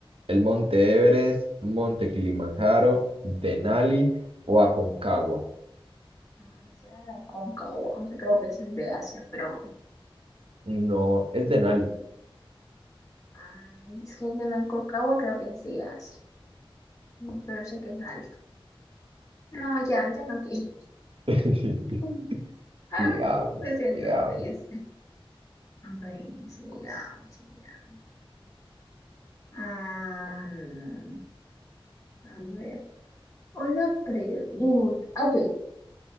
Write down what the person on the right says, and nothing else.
El Monte Everest, Monte Kilimanjaro, Denali o Aconcagua.
No, es Denali.
<laughs>
Digamos,
digamos.